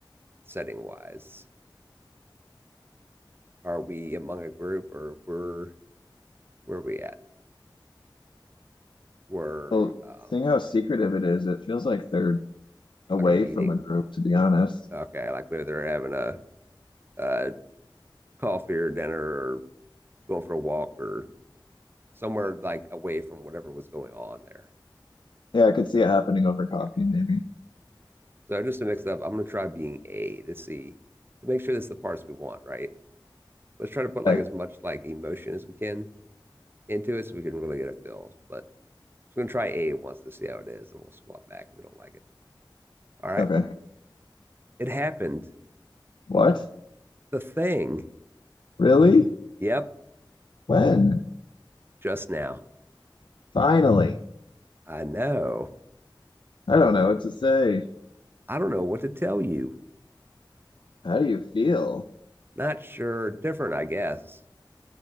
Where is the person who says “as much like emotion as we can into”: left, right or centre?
Right